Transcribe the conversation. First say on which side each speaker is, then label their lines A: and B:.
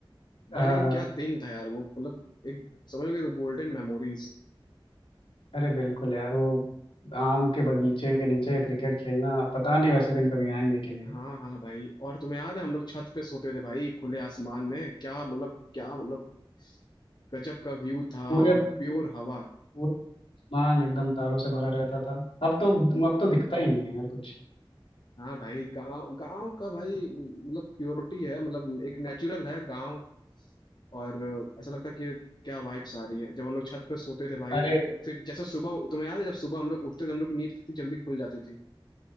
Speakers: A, on the left (about 50°); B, on the left (about 80°).
A: भाई
B: हाँ
A: लेकिन
B: हाँ।
A: क्या दिन था यार वो मतलब एक समझ लो कि गोल्डन मेमोरीज
B: अरे बिल्कुल यार वो आम के बगीचे के नीचे क्रिकेट खेलना पता नहीं वैसे दिन कभी आएंगे कि नहीं
A: हाँ हाँ भाई और तुम्हें याद है हम लोग छत पे सोते थे भाई खुले आसमान में क्या मतलब क्या मतलब गजब का व्यू था
B: पूरे
A: और
B: पूरे
A: प्योर हवा
B: पूरे आसमान एकदम तारों से भरा रहता था अब तो अब तो दिखता ही नहीं है यार कुछ
A: हाँ भाई गांव गांव का भाई मतलब प्योरिटी है मतलब एक नेचुरल है गांव और ऐसा लगता है कि क्या वाइब्स आ रही है जब हम लोग छत पे सोते थे भाई
B: अरे
A: फिर जैसे सुबह तुम्हें याद है जब सुबह हम लोग उठते थे हम लोग की नींद कितनी जल्दी खुल जाती थी